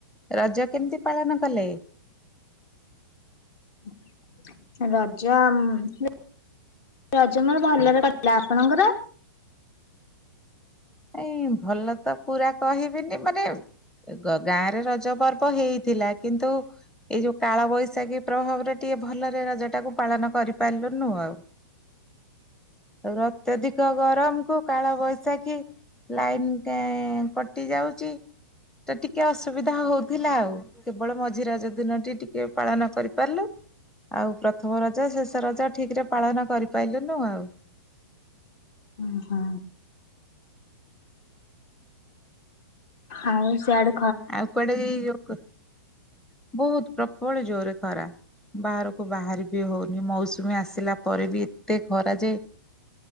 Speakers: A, in the centre; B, on the left (about 45°).
A: ରଜ କେମିତି ପାଳନ କଲେ?
B: <unintelligible> ରଜ ଆମର ଭଲରେ କଟିଲା। ଆପଣଙ୍କର?
A: ଏଇ ଭଲ ତ ପୁରା କହିବିନି ମାନେ ଗ - ଗାଁ ରେ ରଜ ପର୍ବ ହେଇଥିଲା। କିନ୍ତୁ ଏଇ ଯୋଉ କାଳ ବୈଶାଖୀ ପ୍ରଭାବରେ ଟିକେ ଭଲରେ ରଜ ଟାକୁ ପାଳନ କରିପାରିଲୁନୁ ଆଉ ଆ ଅତ୍ୟଧିକ ଗରମକୁୁ କାଳ ବୈଶାଖୀ ଲାଇନ୍ ଟେ କଟିଯାଉଛି। ଟିକେ ଅସୁବିଧା ହଉଥିଲା। ଆଉ କେବଳ ମଝି ରଜ ଦିନଟି ଟିକେ ପାଳନ କରିପାରିଲୁ। ଆଉ ପ୍ରଥମ ରଜ, ଶେଷ ରଜ ଠିକ୍ ରେ ପାଳନ କରିପାରିଲୁନୁ ଆଉ
B: ହୁଁ, ହୁଁ ଆଉ ସ୍ୟାଡେ
A: <unintelligible> ବୋହୁତ୍ ପ୍ରବଳ ଜୋରେ ଖରା। ବାହାରକୁ ବାହାର ବି ହଉନି। ମୌସୁମି ଆସିଲା ପରେ ବି ଏତେ ଖରା ଯେ